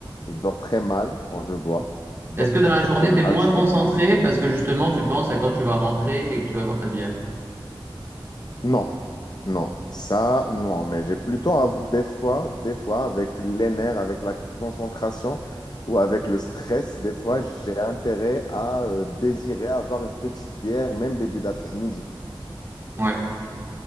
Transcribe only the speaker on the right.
Est-ce
que
dans la
journée,
t'es moins
concentré
parce que justement, tu penses à quand tu vas rentrer et que tu vas boire ta bière?
Ouais,